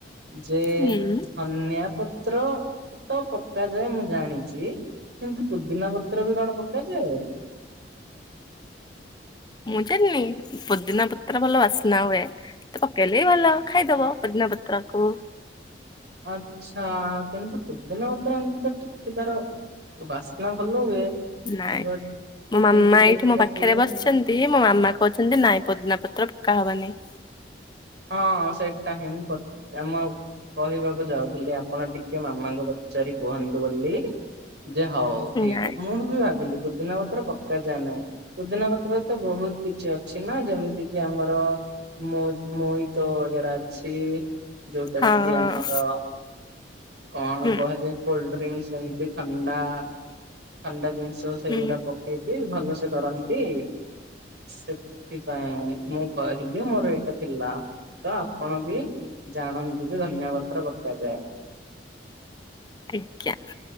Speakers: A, on the right; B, on the left.
A: ଯେ
B: ହୁଁ।
A: ଧନିଆ ପତ୍ର ତ ପକାଯାଏ ମୁଁ ଜାଣିଚି କିନ୍ତୁ ପୋଦିନା ପ ତ୍ର ବି କଣ ପକାଯାଏ?
B: ମୁଁ ଜାଣିନି ପୋଦିନା ପତ୍ର ଭଲ ବାସ୍ନା ହୁଏ। ପକେଇଲେ ବି ଭଲ ଖାଇଦବ ପୋଦିନା ପତ୍ର କୁ।
A: ଆଚ୍ଛା କିନ୍ତୁ ପୋଦିନା ପତ୍ର ଏମିତି ତ ଟିକେ ତାର ବାସ୍ନା ଭଲ ହୁଏ।
B: ନାଇଁ
A: ବଟ୍
B: ମୋ
A: କିନ୍ତୁ
B: ମାମା
A: ସେଇଟାକୁ
B: ଏଇଠି ମୋ ପାଖେରେ ବସି ଚନ୍ତି ମୋ ମାମା କହୁଛନ୍ତି ନାଇଁ ପୋଦିନା ପତ୍ର ପକା ହବନି।
A: ହଁ ସେଇଟା ହିଁ ପ ଆମ କହିବାକୁ ଯାଉଥିଲି ଆପଣ ଟିକେ ମାମାଙ୍କୁ ପଚାରି କୁହନ୍ତୁ ବୋଲି। ଯେ ହଉ ଠିକ୍
B: ନାଇଁ
A: ଅ ମୁଁ ବି ଭାବିଲି ପୋଦିନା ପତ୍ର ପକାଯାଏ ନାହିଁ। ପୋଦିନା ପତ୍ର ରେ ତ ବହୁତ କିଛି ଅଛି ନା ଯେମିତିକିି ଆମର ମୋ ମୋଇତ ବଗେରା ଅଛି ଯୋଉଟାକି
B: ହଁ
A: ଆମର କଣ
B: ହୁଁ
A: କୁହାଯାଏ କୋଲ୍ଡଡ୍ରିଙ୍କସ୍ ଏମତି ଥଣ୍ଡା ଥଣ୍ଡା ଜିନିଷ। ସେଗୁଡା
B: ହୁଁ
A: ପକେଇକି ଭଲସେ କରନ୍ତି। ସେଥିପାଇଁ ମୁଁ କହିଲି ମୋର ଏ ଏ ଥିଲା ତ ଆପଣ ବି ଜାଣନ୍ତୁ ଯେ ଧନିଆପତ୍ର ପକାଯାଏ।
B: ଆଜ୍ଞା।